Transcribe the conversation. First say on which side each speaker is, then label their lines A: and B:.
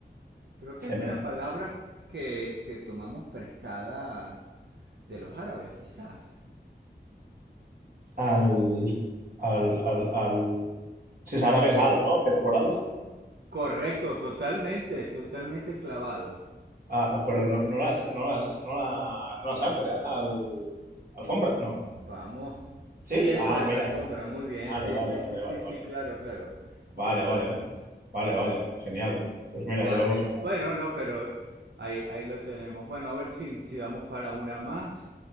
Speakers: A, on the right; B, on the right.
A: Creo que
B: cemento.
A: es una palabra que, que tomamos prestada de los árabes, quizás.
B: Al, al, al, al. Si es árabe, es al, ¿no? Empieza por al.
A: Correcto, totalmente, totalmente clavado.
B: Ah, pero no, no las, no las, no la, no la saco, ¿eh? Al, alfombra, no.
A: Vamos. Sí,
B: ¿Sí?
A: eso
B: Ah,
A: es
B: mira.
A: alfombra, muy bien.
B: Vale,
A: Sí,
B: vale,
A: sí,
B: vale,
A: sí, sí,
B: vale,
A: sí,
B: vale.
A: claro, claro.
B: Vale,
A: Eso
B: vale.
A: era.
B: uf. Vale, vale. Genial. Pues mira,
A: Vale.
B: ya lo hemos sacado.
A: Bueno, no, pero ahí, ahí lo tenemos. Bueno, a ver si, si damos para una más.